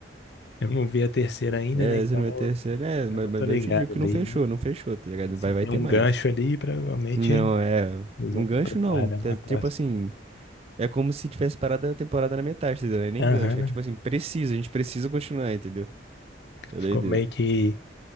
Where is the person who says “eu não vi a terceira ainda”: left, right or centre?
Left